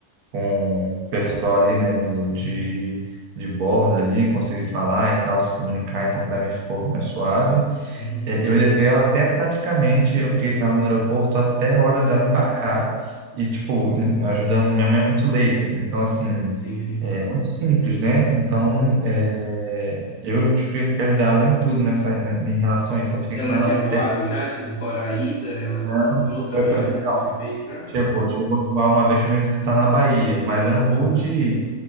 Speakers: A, on the right; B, on the left.
A: com o pessoal ali, né? Do, de, de bordo ali, conseguir falar e tal, se comunicar. Então, para mim ficou mais suave.
B: Uhum.
A: É, Eu levei ela até praticamente, eu fiquei com ela no aeroporto até a hora dela embarcar e, tipo, em- ajudando. Minha mãe é muito leiga, então, assim,
B: Sim, sim.
A: é muito simples, né? Então,
B: Uhum.
A: é, eu tive que ajudar ela em tudo nessa, né, em relação a isso. Eu fiquei
B: Ela
A: com ela
B: já tinha
A: até.
B: voado já, tipo assim, fora a ida, ela,
A: Não,
B: em outra
A: foi
B: viagem
A: pra-
B: ela
A: não,
B: já tinha feito já?
A: chegou, chegou uma vez para me visitar na Bahia, mas era um voo
B: Ah, tá.
A: de,